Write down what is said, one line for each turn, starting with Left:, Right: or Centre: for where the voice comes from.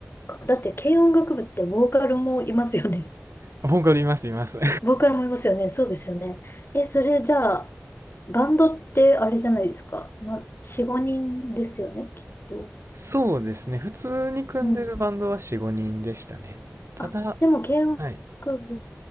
Left: だって軽音楽部ってボーカルもいますよね。
Right: 僕いますいます
Left: <laughs> ボーカルもいますよね。そうですよね。え、それじゃあ、バンドってあれじゃないですか。な、4、5人ですよね、きっと。
Right: <laughs> そうですね普通に組んでるバンドは45人でしたねただ
Left: うん。あ、でも軽音楽部
Right: はい